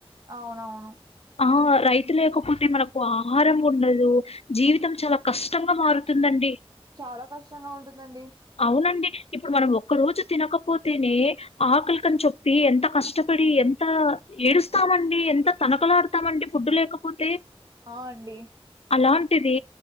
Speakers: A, on the right (about 40°); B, on the left (about 75°).
A: అవునవును
B: ఆ రైతు లేకపోతే మనకు ఆహారం ఉండదు, జీవితం చాల కష్టంగా మారుతుందండి.
A: చాలా కష్టంగా ఉంటుందండి
B: అవునండి. ఇప్పుడు మనం ఒక్క రోజు తినకపోతేనే, ఆకలికని చొప్పి ఎంత కష్టపడి. ఎంత ఏడుస్తామండి. ఎంత తనకలాడుతామండి. ఫుడ్డు లేకపోతే
A: అవ్ అండి
B: అలాంటిది